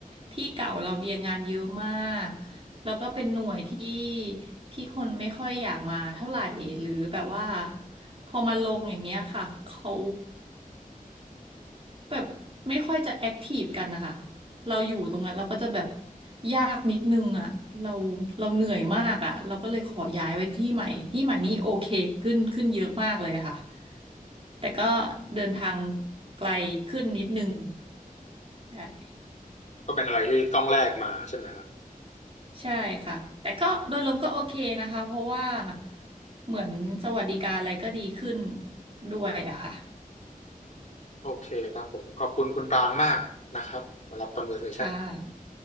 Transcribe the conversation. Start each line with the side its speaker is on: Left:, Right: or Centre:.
Right: ที่เก่าเราเรียนงานเยอะมากแล้วก็เป็นหน่วยที่ที่คนไม่ค่อยอยากมาเท่าไหร่หรือแบบว่าพอมาลงอย่างเงี้ยค่ะเขา แบบไม่ค่อยจะแอคทีฟกันนะคะ เราอยู่ตรงนั้นเราก็จะแบบยากนิดนึงอ่ะเราเราเหนื่อยมากอ่ะเราก็เลยขอย้ายไว้ที่ใหม่ที่ใหม่นี่โอเคขึ้นขึ้นเยอะมากเลยค่ะแต่ก็เดินทางไกลขึ้นนิดนึงใช่
Left: ก็เป็นอะไรที่ต้องแลกมาใช่ไหมครับ
Right: ใช่ค่ะแต่ก็โดยรวมก็โอเคนะคะเพราะว่าเหมือนสวัสดิการอะไรก็ดีขึ้นด้วยอะค่ะ
Left: โอเคครับผมขอบคุณคุณปรางมากนะครับสำหรับ conversation
Right: ค่ะ